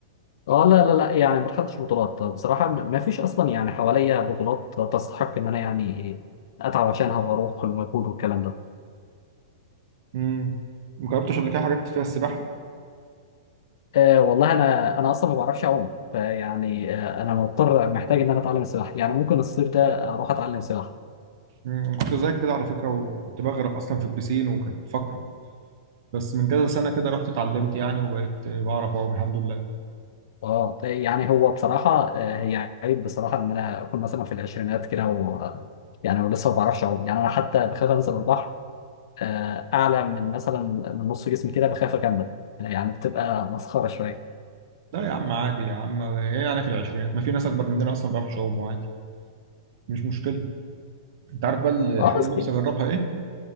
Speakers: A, on the left (about 65°); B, on the right (about 60°).
A: اه لا لا لا يعني ما خدتش بطولات بصراحة ما ما فيش أصلا يعني حواليا بطولات تستحق إن أنا يعني أتعب عشانها وأروح المجهود والكلام ده
B: امم ما جربتش قبل كده حاجات فيها السباحه
A: آه والله أنا أنا أصلا ما بعرفش أعوم فيعني آه أنا مضطر محتاج إن أنا أتعلم السباحة يعني ممكن الصيف ده أروح أتعلم سباحة
B: امم كنت زيك كده على فكره وكنت بغرق اصلا في البسين وكانت فقره بس من كذا سنه كده رحت اتعلمت يعني وبقيت بعرف اعوم الحمد لله
A: اه يعني هو بصراحة آه، هي عيب بصراحة إن أنا أكون مثلا في العشرينات كده و يعني ولسه ما بعرفش أعوم يعني أنا حتى بخاف أنزل البحر آه، أعلى من مثلا من نص جسمي كده بخاف أكمل يعني بتبقى مسخرة شوية
B: لا يا عم عادي يا عم ايه يعني في العشرينات ما في ناس اكبر مننا اصلا ما بيعرفوش يعوموا عادي مش مشكله انت عارف بقى الحاجه
A: اه بس
B: اللي نفسي اجربها ايه